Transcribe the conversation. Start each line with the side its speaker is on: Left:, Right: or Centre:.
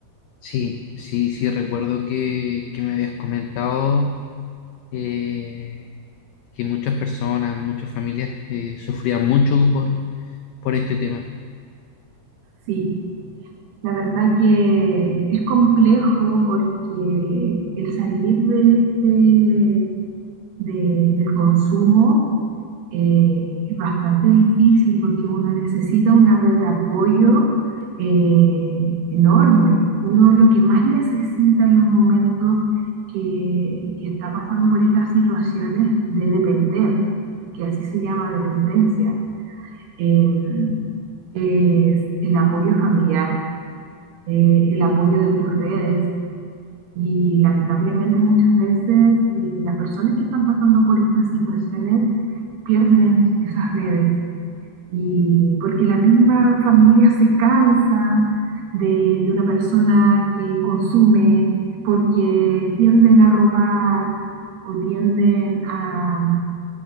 Left: Sí, sí, sí, recuerdo que, que me habías comentado eh, que muchas personas, muchas familias eh, sufrían mucho por, por este tema.
Right: Sí, La verdad que es complejo porque el salir de este, de- del consumo eh, es bastante difícil porque uno necesita una red de apoyo eh, enorme. Uno lo que más necesita en los momentos que, que está pasando por estas situaciones de depender, que así se llama dependencia, eh, es el apoyo familiar eh, el apoyo de tus redes. Y lamentablemente muchas veces eh, las personas que están pasando por estas situaciones pierden esas redes y porque la misma familia se cansa de, de una persona que consume, porque tienden a robar o tienden a,